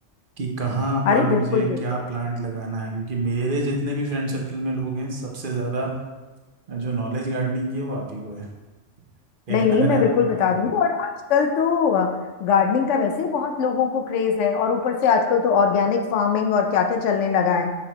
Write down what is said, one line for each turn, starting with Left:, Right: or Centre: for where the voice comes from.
Right: कि कहाँ पर
Left: अरे
Right: मुझे
Left: बिल्कुल बिल्कुल
Right: क्या प्लांट लगाना है क्योंकि मेरे जितने भी फ्रेंड सर्कल में लोग हैं सबसे ज़्यादा जो नॉलेज गार्डनिंग की है वो आप ही को है देखा
Left: नहीं
Right: है
Left: नहीं
Right: मैंने
Left: मैं
Right: आपका
Left: बिल्कुल बता
Right: गार्डन
Left: दूंगी और आजकल तो गार्डनिंग का वैसे ही बहुत लोगों को क्रेज है और ऊपर से आजकल तो ऑर्गेनिक फार्मिंग और क्या क्या चलने लगा है